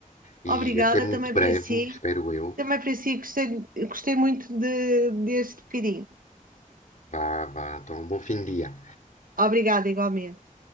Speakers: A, on the left (about 65°); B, on the right (about 80°).
A: e
B: obrigada
A: até muito
B: também
A: breve,
B: para si.
A: espero eu.
B: Também para si, gostei, gostei muito de, deste pedido.
A: Vá, vá, então, um bom fim de dia.
B: Obrigada, igualmente.